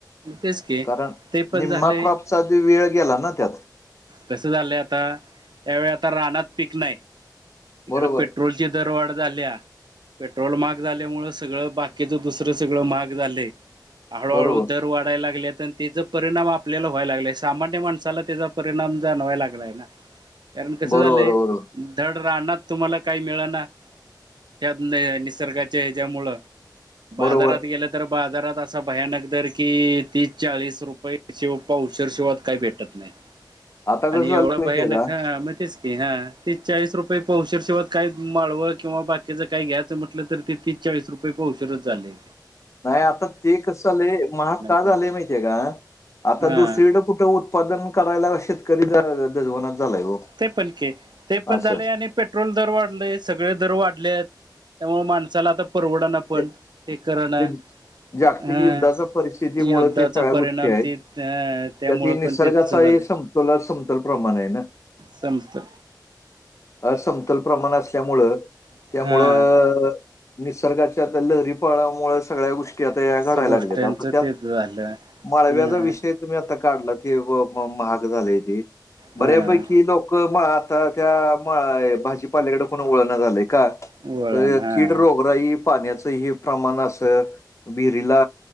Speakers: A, on the right; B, on the left.
A: तेच की
B: कारण
A: ते पण
B: निम्मा
A: झालंय
B: क्रॉपचाधी वेळ गेला ना त्यात.
A: कसं झालंय आता त्यावेळी आता राना पीक नाही इकड
B: बरोबर
A: पेट्रोल दरवाढ झाल्या. पेट्रोल महाग झाल्यामुळे सगळं बाकीच दुसरं सगळं महाग झालेय हळूहळू
B: बरोबर
A: आनायला ते लागले त्याचा परिणाम आपल्याला व्हाय लागला सामान्य माणसाला त्याचा परिणाम जाणवाय लागलाय ना. कारण कसं
B: बरोबर
A: झालंय
B: बरोबर
A: धड राहण्यात तुम्हाला काही मिळाना त्यात नि निसर्गाच्या ह्याच्यामुळ बाजारात
B: बरोबर
A: गेलं तर बाजारात असा भयानक दर कि तीस चाळीस रुपये शिव पाशर शिवात काही भेटत नाही.
B: आता
A: आणि
B: कसं झालं
A: एवढं
B: माहितीये
A: भयानक
B: का
A: मग तेच की ह तीस चाळीस रुपये पौशर शेवत काही माळवळ किंवा बाकीच काय घ्यायचं म्हटलं तर ते ती चाळीस रुपये पावशेरच झालेेय.
B: नाही आता ते कस झालंय महाग का
A: ते
B: झाले माहिती आहे का आता
A: हा
B: दुसरी कुठं उत्पादन करायला शेतकरी जजवनात झालाय हो.
A: ते पण की ते पण
B: असं
A: झाले आणि पेट्रोल दर वाढलेय सगळे दर वाढले त्यामुळे माणसाला आता परवड ना पण
B: ते
A: एक करना.
B: ते जागतिक
A: अ
B: युद्धाच्या परिस्थितीमुळे
A: युद्धाचा
B: ते सगळ्या
A: परिणाम
B: गोष्टी आहेत
A: ते अ त्यामुळं
B: त्यात निसर्गाचा
A: पण ते तसं
B: हे स तुला समतल प्रमाण आहे ना.
A: समस्त.
B: अ समतोल प्रमाण असल्यामुळं
A: हा
B: त्यामुळं अ निसर्गाच्या लहरीपाळामुळे सगळ्या गोष्टी आता
A: असं
B: घडायला
A: गोष्टांचं
B: लागल्यात आता त्यात
A: तेच झालं.
B: मळव्याचा
A: हम्म
B: विषय तुम्ही आता काढला ते व व महाग झालय ते
A: हम्म
B: बऱ्यापैकी लोक म आता त्या म भाजीपाल्याकडे ओळण झालंय का
A: वळण
B: त
A: हा
B: कीड रोक राई पाण्याचंही प्रमाण असं विहिरीला